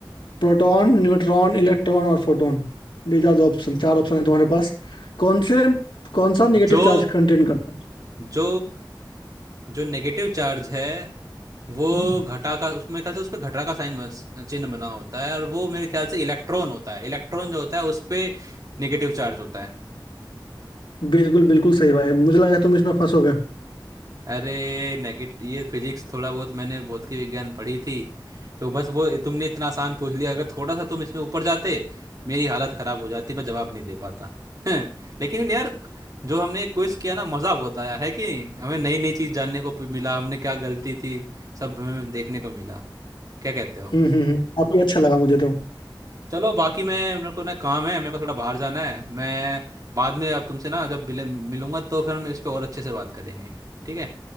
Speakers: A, on the left; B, on the right.
A: Proton neutron electron और photon These are the option चार ऑप्शन है तुम्हारे पास कौन से कौन सा नेगेटिव
B: जो
A: चार्ज कंटेन करता है
B: जो जो नेगेटिव चार्ज है वो
A: हम्म,
B: घटा का उसमें ख्याल से उसमें घटा का साइन बन, चिन्ह बना होता है और वो मेरे ख्याल से इलेक्ट्रॉन होता है इलेक्ट्रॉन जो होता है उस पे नेगेटिव चार्ज होता है
A: बिल्कुल बिल्कुल सही भाई मुझे लगा तुम इसमें फंसोगे
B: अरे नेगेट ये फिजिक्स थोड़ा बहुत मैंने भौतिक विज्ञान पढ़ी थी तो बस वो तुमने इतना आसान पूछ लिया अगर थोड़ा सा तुम इसमें ऊपर जाते मेरी हालत खराब हो जाती मैं जवाब नहीं दे पाता <laughs> लेकिन यार जो हमने क्विज किया ना मजा बहुत आया है कि हमें नई नई चीज जानने को प- मिला हमने क्या गलती थी सब हमें देखने को मिला क्या कहते हो
A: हम्म हम्म हम्म, काफी अच्छा लगा मुझे तो
B: चलो बाकी मैं मेरे को ना काम है मेरे को थोड़ा बाहर जाना है मैं बाद में अब तुमसे ना जब मिले- मिलूंगा तो फिर हम इस पे और अच्छे से बात करेंगे ठीक है